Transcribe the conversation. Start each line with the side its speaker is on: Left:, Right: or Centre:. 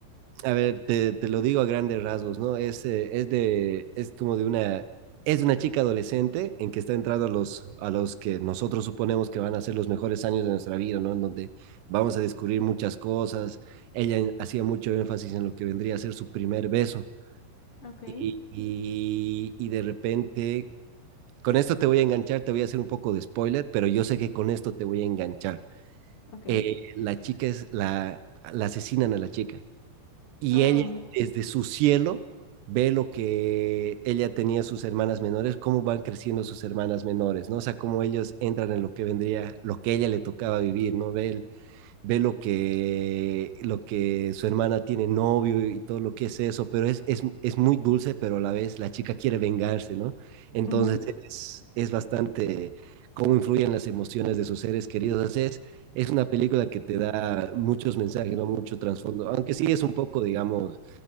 Right: a ver, te, te lo digo a grandes rasgos, ¿no? Es, eh, es de, es como de una, es de una chica adolescente en que está entrando a los, a los que nosotros suponemos que van a ser los mejores años de nuestra vida, ¿no? En donde vamos a descubrir muchas cosas. Ella en- hacía mucho énfasis en lo que vendría a ser su primer beso.
Left: ok,
Right: Y, y, y de repente con esto te voy a enganchar, te voy a hacer un poco de spoiler, pero yo sé que con esto te voy a enganchar.
Left: ok.
Right: Eh, la chica es la, la asesinan a la chica y
Left: Ah,
Right: ella desde su cielo ve lo que ella tenía sus hermanas menores, cómo van creciendo sus hermanas menores, ¿no? O sea, cómo ellos entran en lo que vendría, lo que ella le tocaba vivir, ¿no? Ve el, ve lo que, lo que su hermana tiene novio y todo lo que es eso, pero es, es, es muy dulce, pero a la vez la chica quiere vengarse, ¿no? Entonces
Left: ujú,
Right: es, es bastante cómo influyen las emociones de sus seres queridos. O sea, es, es una película que te da muchos mensajes, ¿no? Mucho trasfondo, aunque sí es un poco, digamos,